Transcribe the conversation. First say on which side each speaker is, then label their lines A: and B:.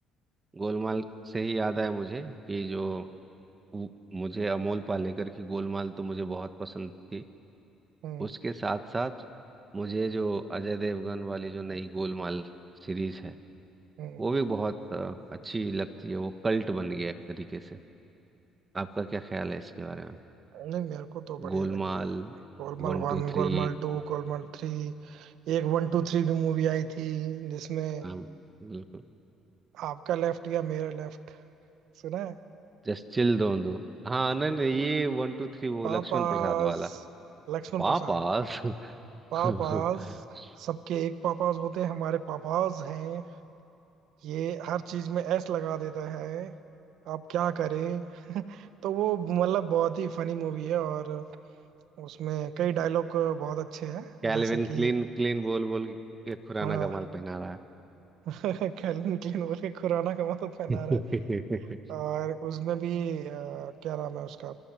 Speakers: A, on the right (about 20°); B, on the right (about 70°).
A: गोलमाल से ही याद आया मुझे कि जो वो- मुझे अमोल पालेकर की गोलमाल तो मुझे बहुत पसंद थी
B: हम्म
A: उसके साथ साथ मुझे जो अजय देवगन वाली जो नई गोलमाल सीरीज है
B: हम्म।
A: वो भी बहुत अ, अच्छी लगती है वो कल्ट बन गया एक तरीके से आपका क्या ख्याल है इसके बारे में
B: नहीं मेरे को तो बढ़िया
A: Golmaal
B: लगी है Golmaal
A: one
B: one
A: two three
B: Golmaal two Golmaal three एक वन टू थ्री भी मूवी आई थी जिसमें
A: हाँ बिल्कुल
B: आपका लेफ्ट या मेरा लेफ्ट सुना है
A: जस्ट चिल दो दो हाँ नहीं नहीं ये वन टू थ्री वो
B: पापाज
A: लक्ष्मण प्रसाद वाला
B: लक्ष्मण
A: पापास
B: प्रसाद
A: <laughs>
B: पापाज सबके एक पापाज होते हैं हमारे पापाज हैं ये हर चीज में एस लगा देता है आप क्या करें तो वो मतलब बहुत ही फनी मूवी है और उसमें कई डायलॉग बहुत अच्छे हैं
A: कैल्विन
B: जैसे
A: क्लीन
B: कि
A: क्लीन बोल बोल के खुराना
B: हाँ
A: का माल पहना रहा
B: <laughs> कैल्विन क्लीन बोल के खुराना का मतलब पहना
A: है
B: रहा है
A: <laughs>
B: और उसमें भी अ, क्या नाम है उसका